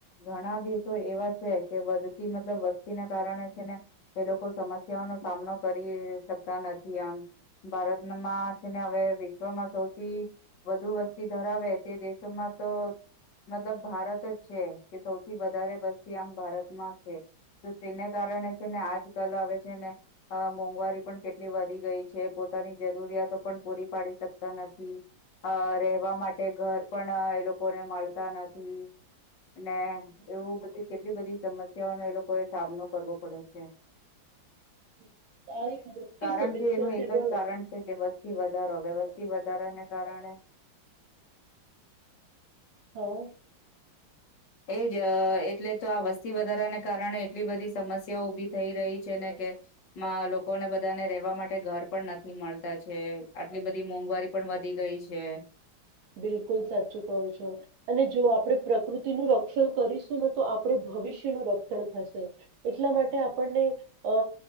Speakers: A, on the left (about 60°); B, on the right (about 75°).
A: ઘણા દેશો એવા છે કે વધતી મતલબ વસ્તીને કારણે છે ને એ લોકો સમસ્યા સામનો કરી શકતા નથી આમ ભારતમાં છે ને હવે વિશ વિશ્વમાં સૌથી વધુ વસ્તી ધરાવે તે દેશોમાં તો મતલબ ભારત જ છે કે સૌથી વધારે વસ્તી આમ ભારતમાં છે. તો તેને કારણે છે ને આજ કલ આવે છે ને મોંઘવારી અ પણ કેટલી વધી ગઈ છે પો તાની જરૂરિયાતો પણ પૂરી પાડી શક નથી અ રહેેવા માટે ઘર પણ એ લોકો ને મળતા નથી. ને એવું બધી કેટલી બધી સમસ્યાઓનો એ લોકોએ સામનો કરવો પડે છે.
B: <inaudible> આ એક મોટી
A: કારણ
B: સમસ્યા
A: કે એનું
B: છે
A: એક
B: બ
A: જ કારણ છે કે વસ્તી વ ધારો વધારાને કારણે
B: હ
A: એજ અ એટલે તો આ વસ્તી વધારાને કારણે એટલી બધી સમસ્યાઓ ઉભી થઈ રહી છે ને કે મા લોકોને બધાને રેવા માટે ઘર પણ નથી મળતા છે. આટલી બધી મોંઘવારી પણ પણ વધી ગઈ છે.
B: બિલકુલ સાચું કહો છો અને જો આપડે પ્રકૃતિનું રક્ષણ કરીશું ને તો આપડે ભવિષ્યનું રક્ષણ થશે. એટલા માટે આપડને અ